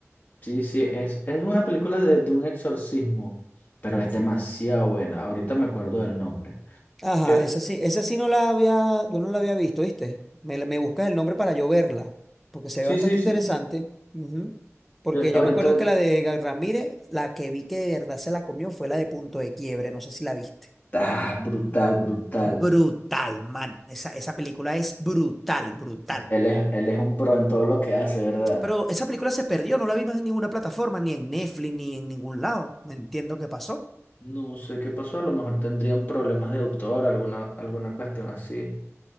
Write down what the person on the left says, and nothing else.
Sí, sí, es, es una película de, de un exorcismo, pero es demasiado buena. Ahorita me acuerdo del nombre.
Que,
sí,
sí, sí.
Yo-
ahorita,
ah, brutal, brutal.
Él es, él es un pro en todo lo que hace, ¿verdad?
No sé qué pasó, a lo mejor tendrían problemas de autor, alguna, alguna cuestión así,